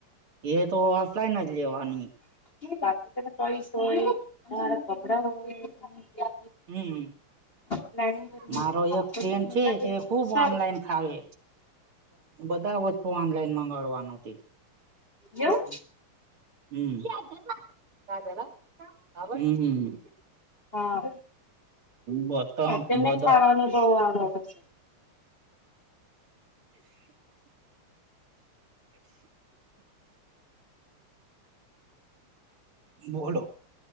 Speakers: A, on the right; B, on the left.
A: એ તો ઓફલાઈન જ લેવાની,
B: બાકી તને પઈસ હોય તમારા કપડા હોય
A: હમ્મ હ
B: પ્લાનિંગ કરીને
A: મારો એક ફ્રેન્ડ
B: મંગાવીએ
A: છે તે
B: તો
A: ખુબ
B: સારું
A: ઓનલાઈન
B: છે
A: થાય હે બધા વસ્તુ ઓનલાઈન મંગાડવાનું હતી.
B: એવું
A: હમ્મ <unintelligible> હમ્મ
B: હા,
A: બધા
B: તેમને
A: બધા
B: ખાવાનું બવ આવ હશે.
A: બોલો.